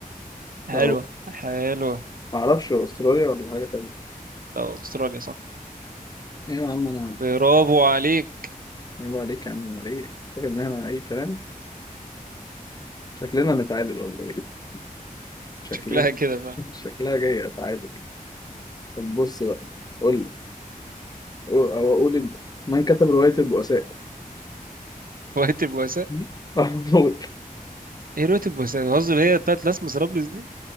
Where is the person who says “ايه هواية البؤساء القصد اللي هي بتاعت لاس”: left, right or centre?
Right